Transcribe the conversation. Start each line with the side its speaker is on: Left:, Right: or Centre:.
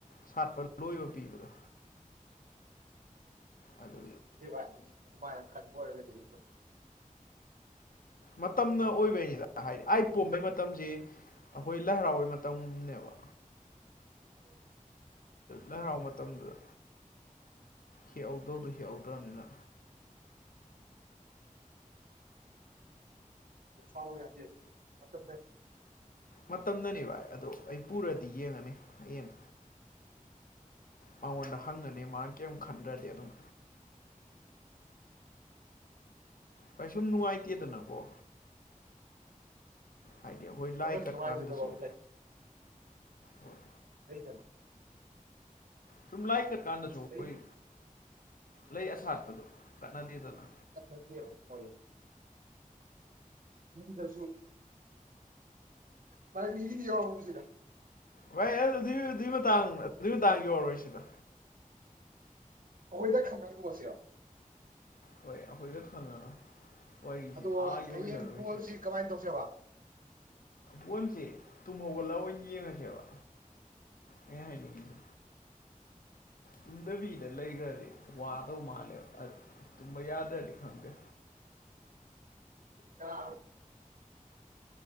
Left: ꯁꯥꯠꯄ ꯂꯣꯏꯕ ꯄꯤꯕꯗꯣ ꯑꯗꯨ
Right: ꯑꯗꯨ ꯚꯥꯏ ꯑꯗꯨꯝ ꯑꯗꯨꯃꯥꯏꯅ ꯈꯗꯤ ꯑꯣꯏꯔꯒꯗꯤ ꯑꯩꯁꯨ
Left: ꯃꯇꯝꯅ ꯑꯣꯏꯕꯩꯅꯤꯗ ꯍꯥꯏꯗꯤ ꯑꯩ ꯄꯣꯝꯕꯩ ꯃꯇꯝꯁꯤ ꯑꯩꯈꯣꯏ ꯂꯥꯏ ꯍꯔꯥꯎꯕꯩ ꯃꯇꯝꯅꯦꯕ
Right: ꯍꯝ
Left: ꯂꯔꯥꯎ ꯃꯇꯝꯗꯨꯗ ꯍꯤꯍꯧꯗꯧꯗꯣ ꯍꯦꯛ ꯌꯥꯧꯗ꯭ꯔꯅꯤꯅ
Right: ꯑꯣ ꯌꯥꯗ ꯑꯗꯨ ꯃ ꯐ
Left: ꯃꯇꯝꯗꯅꯤ ꯚꯥꯏ ꯑꯗꯣ ꯑꯩ ꯄꯨꯔꯗꯤ ꯌꯦꯡꯉꯅꯤ ꯍꯌꯦꯡ ꯃꯉꯣꯟꯗ ꯍꯪꯉꯅꯤ ꯃꯥꯅ ꯀꯔꯤꯝ ꯈꯟꯗ꯭ꯔꯗꯤ ꯑꯗꯨꯝ ꯑꯩꯩꯁꯨꯝ ꯅꯨꯡꯉꯥꯏꯇꯦꯗꯅꯀꯣ ꯍꯥꯏꯗꯤ ꯑꯩꯈꯣꯏ ꯂꯥꯏ
Right: ꯅꯪꯅꯁꯨ
Left: ꯀꯠꯀꯥꯟꯗꯁꯨ
Right: ꯅꯨꯡꯉꯥꯏꯖꯗꯕ ꯑꯃ ꯂꯩ
Left: ꯍꯣꯏ
Right: ꯗꯅ
Left: ꯁꯨꯝ ꯂꯥꯏ ꯀꯛ ꯀꯥꯟꯗꯁꯨ ꯑꯩꯈꯣꯏ
Right: ꯂꯩꯗꯅ
Left: ꯂꯩ ꯑꯁꯥꯠꯄꯗꯣ ꯀꯠꯅꯗꯦꯗꯅ
Right: ꯅ ꯍꯣꯏ ꯃꯤꯗꯁꯨ ꯚꯥꯏ ꯃꯤꯒꯤꯗꯤ ꯌꯥꯎꯁꯤꯔ <unintelligible>
Left: ꯚꯥꯏ ꯑꯗꯨꯏ ꯑꯗꯨꯏ ꯃꯇꯥꯡ ꯑꯗꯨꯏ ꯃꯇꯥꯡꯒꯤ ꯌꯥꯎꯔꯔꯣꯏ ꯁꯤꯗ
Right: ꯑꯣꯏꯗ ꯈꯪ ꯒ ꯇꯣꯛꯑꯁꯤꯂꯣ
Left: ꯍꯣꯏ ꯑꯩꯈꯣꯏꯒ ꯈꯪꯉꯒ ꯋꯥꯔꯤꯁꯤ
Right: ꯑꯗꯣ
Left: ꯑꯥ ꯌꯧꯍꯜꯂꯔꯣꯏꯁꯤꯗ
Right: ꯍꯌꯦꯡ ꯕꯣꯜꯁꯤ ꯀꯃꯥꯏꯅ ꯇꯧꯁꯦꯕ
Left: ꯄꯣꯟꯁꯦ ꯇꯨꯝꯍꯒꯠꯂꯑꯣ ꯌꯦꯡꯉꯁꯦꯕ ꯑꯩꯅ ꯍꯥꯏꯅꯤꯡꯉꯁꯤ ꯇꯨꯝꯗꯕꯤꯗ ꯂꯩꯈ꯭ꯔꯗꯤ ꯋꯥꯗꯧ ꯃꯥꯜꯂꯦꯕ ꯇꯨꯝꯕ ꯌꯥꯗ꯭ꯔꯗꯤ ꯈꯪꯗꯦ
Right: ꯌꯥ